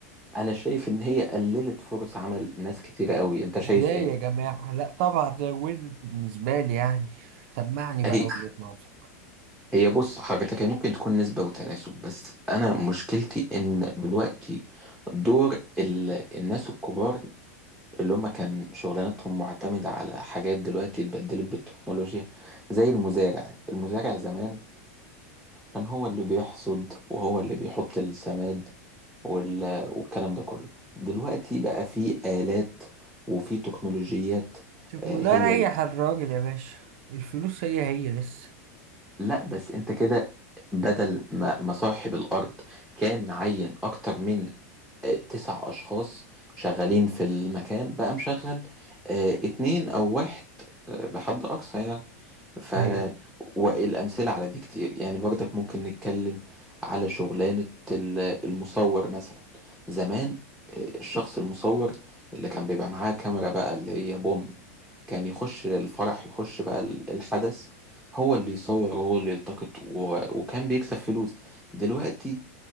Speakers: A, in the centre; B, on the right.
A: انا شايف ان هي قللت فرص عمل ناس كتيره قوي انت شايف
B: ازاي
A: ايه
B: يا جماعة لا طبعا زودت بالنسبة لي يعني سمعني بقى
A: هي
B: وجهة نظرك
A: هي بص حضرتك هي ممكن تكون نسبة وتناسب بس أنا مشكلتي إن دلوقتي دور ال... الناس الكبار اللي هم كان شغلانتهم معتمدة على حاجات دلوقتي اتبدلت بالتكنولوجيا زي المزارع المزارع زمان كان هو اللي بيحصد وهو اللي بيحط السماد وال... والكلام ده كله دلوقتي بقى في آلات وفي تكنولوجيات
B: طب
A: آه،
B: ما ده
A: هي
B: ريح
A: ال-
B: الراجل يا باشا الفلوس هي هي لسه
A: لا بس انت كده بدل ما ما صاحب الأرض كان معين أكتر من آه، تسع أشخاص شغالين في المكان بقى مشغل آه، اتنين أو واحد آه، بحد أقصى يعني ف
B: ايوه
A: والأمثلة على دي كتير يعني برضك ممكن نتكلم على شغلانة ال- المصور مثلا زمان آه، الشخص المصور اللي كان بيبقى معاه كاميرا بقى اللي هي بوم كان يخش الفرح يخش بقى ال- الحدث هو اللي يصور وهو اللي يلتقط و... وكان بيكسب فلوس دلوقتي